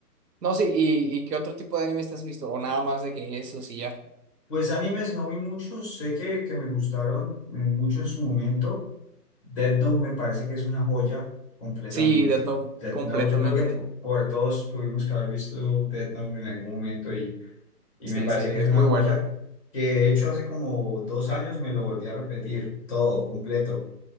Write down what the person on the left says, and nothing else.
Pues animes no vi muchos, sé que, que me gustaron en mucho en su momento. Death Note me parece que es una joya completamente.
Death
Note, yo creo que po- por, todos tuvimos que haber visto Death Note en algún momento y, y
me parece
que es una
joya
que de hecho hace como dos años me lo volví a repetir todo, completo.